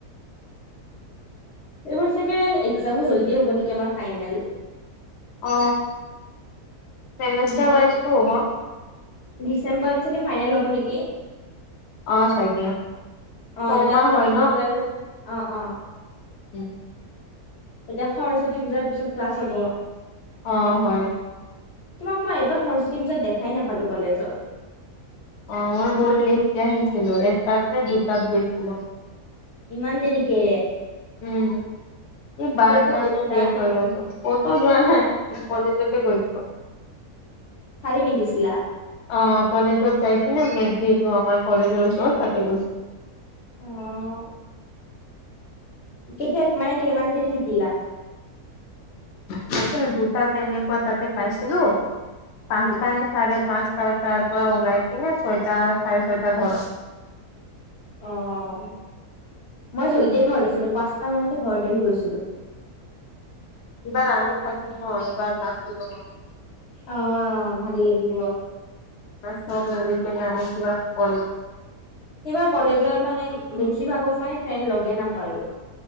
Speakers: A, on the left (about 50°); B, on the left (about 75°).
A: এইবোৰ চাগে একজামো যলদি হ'ব নেকি আমাৰ ফাইনেল,
B: অ চেমেষ্টাৰ
A: ডিচেম
B: ওৱাইছটো হ'ব।
A: ডিচেম্বৰত চাগে ফাইনেল হ'ব নেকি?
B: অ চাগে।
A: অ
B: ছমাহ
A: তেতিয়া সৰস্বতী
B: হয়
A: পুজাৰ পিছত অ অ।
B: উম।
A: তেতিয়া সৰস্বতী পূজাৰ পিছত ক্লাছ হ'ব।
B: অ হয়।
A: তোমাক মই এইবাৰ সৰস্বতী পূজাত দেখাই নাপালো কলেজত।
B: অ মই বহুত লেটকে আহিছিলো এটাত নে দুটাত গৈছিলো।
A: ইমান দেৰিকে।
B: উম, এই বাই
A: ক'ত ক'ত
B: কাৰনে
A: গৈছিলা?
B: ডেট হৈ গল। ক'তো যোৱা নাই কলেজতে গৈছো।
A: শাৰী পিন্ধিছিলা।
B: অ কলেজত যাইকিনে ন মে যিহেতু আমাৰ কলেজৰ ওচৰত তাতে গৈছিলো।
A: অ। কেতিয়া মানে কেইমান দেৰি থাকিলা।
B: পাইছিলো দুটা তেনেকুৱা তাতে পাইছিলো, পাঁচটা
A: উম,
B: নে চাৰে পাঁচটা তাৰ পৰা ওলাইছিলে ছয়টা চাৰে ছয়টা ঘৰত।
A: অঁ, মই জলদিয়ে ঘৰত আছিলোঁ পাঁচটা মানতে ঘৰত আহি গৈছিলো।
B: ইবাৰ আমি থাকো ন এইবাৰ নাছিলোঁ ন।
A: অঁ অঁ ভাল লাগিব।
B: মানে চব মিলি কিনে আমি কিবা কৰি
A: এইবাৰ কলেজত মানে বেছিভাগক মানে ফ্ৰেণ্ড লগে নাপালোঁ।